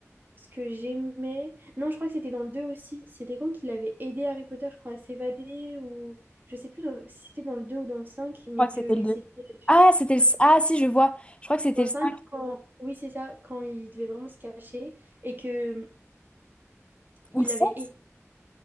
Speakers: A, on the right; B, on the left.
A: Ce que j'aimais. Non, je crois que c'était dans le 2 aussi. C'était quand qu'il avait aidé Harry Potter, je crois, à s'évader ou. Je sais plus dans- si c'était dans le 2 ou dans le 5 mais
B: crois que
A: qu'il
B: c'était le 2.
A: s'était.
B: Ah, c'était le...
A: oui,
B: Ah, si, je vois. Je crois que c'était
A: Dans le
B: le
A: 5
B: cinq
A: quand. Oui, c'est ça, quand il devait vraiment se cacher et que
B: ou
A: il
B: le 7,
A: avait aidé